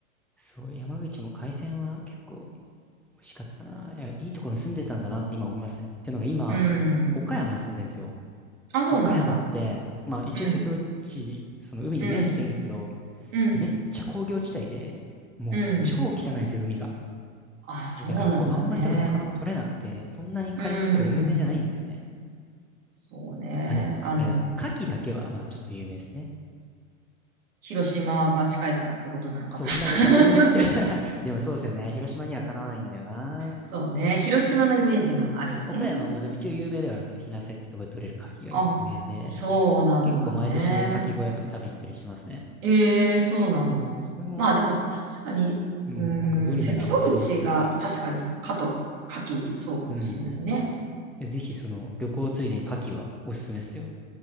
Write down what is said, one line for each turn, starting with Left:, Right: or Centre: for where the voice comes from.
Centre: そう、山口も海鮮は結構美味しかったな。いや、いいところに住んでたんだなって今思いますね。っていうのが今、
Right: うん。
Centre: 岡山に住んでるんですよ。
Right: あ、そうなんだ。
Centre: 岡山って、まあ一応瀬戸内、
Right: うん。
Centre: その海に面してるんですけど、
Right: うん。うん。
Centre: めっちゃ工業地帯で、もう超汚いんですよ、
Right: うん。
Centre: 海が。
Right: あ、そうなんだね。
Centre: で、だからこう、あんまり多分魚も取れなくて、そんなに海鮮とか有名じゃないんですよね。
Right: うん。そうね。
Centre: あ、でも、
Right: あの、
Centre: あれだ、牡蠣だけは、まあ、ちょっと有名ですね。
Right: 広島が近いからってことなのかな。
Centre: そう、
Right: <laughs>
Centre: なんか多分同じ <laughs> でもそうですよね。広島にはかなわないんだよな。
Right: そうね。広島のイメージがあるよね。
Centre: 岡山もでも一応有名ではあるんですよ。日生ってとこで取れる牡蠣が有名で。
Right: あ、そうなんだね。
Centre: 結構毎年牡蠣小屋とか食べに行ったりしてますね。
Right: ええ、そうなんだ。
Centre: それも、
Right: まあでも確かに、
Centre: うん、
Right: うーん、
Centre: なんかグルメな方だったら、
Right: 瀬戸口が確かに、かと、かき、そうかもしんないね。
Centre: うん、えぜひその旅行ついでに牡蠣はおすすめですよ。